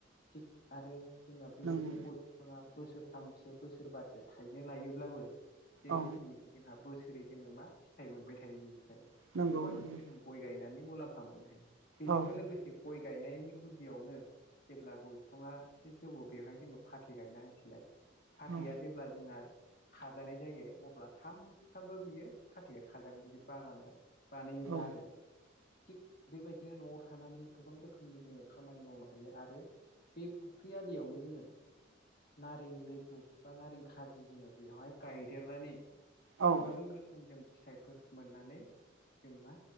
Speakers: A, on the left (about 50°); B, on the right (about 85°).
A: थिग आरो जोंना बेबायदिनो
B: नंगौ
A: गय बिफाङा बोसोरथामसो बोसोर फोरबासो थाइनो लायोब्लाबो बे
B: औ
A: जिथुनिखि जोंहा बोसोरै जोङो मा फिथाइ मोनबाय थायो बेनिफ्राय
B: नंगौ
A: गोबां
B: नंगौ
A: जों गय गायनानै मुलाम्फा मोननो हायो। बेजोंनो
B: औ
A: लोगोसे गय गायनायनि गुदियावनो जेब्ला गय बिफाङा एसे जौव बेवहाय जोङो फाथै गायना होनसैलाय फाथैआ
B: औ
A: जेब्ला जोंना खाजानाय जायो अब्ला सामफ्रामबो बियो फाथैया खाजागोन जुदि बागान दं। बानायोब्ला
B: औ
A: आरो थिग बेबायदिनो न'आव थानानै गोबां रोखोमनि जोङो खामानि मावनो हायो आरो बे फुख्रि आलियावनो जोङो नारें लेबु बा नारें खाजि जोङो बेवहाय गायदेरनानै
B: औ
A: गोबां रो जों फिथाइफोर मोननानै जों मा